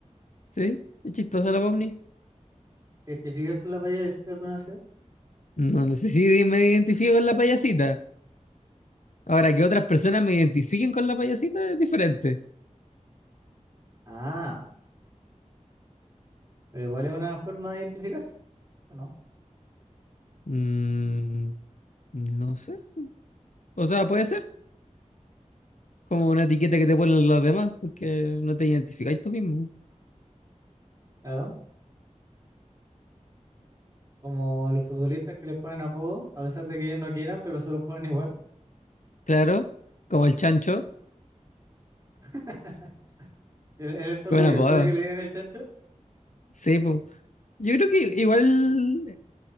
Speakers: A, on the left; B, on the right.
A: ¿Sí? Es chistosa la Pomni.
B: ¿Te identificas con la payasita con ansiedad?
A: No, no sé si me identifico con la payasita. Ahora, que otras personas me identifiquen con la payasita es diferente.
B: Ah, pero igual es una forma de identificarse, ¿o no?
A: Mm, no sé. O sea, puede ser como una etiqueta que te ponen los demás, porque no te identificáis tú mismo.
B: Claro, como a los futbolistas que les ponen apodo, a pesar de que ellos no quieran, pero se los ponen igual.
A: Claro, como el chancho.
B: <laughs> Él, él está orgulloso
A: Qué buena apodo.
B: de que le digan el chancho.
A: Sí, pues. Yo creo que igual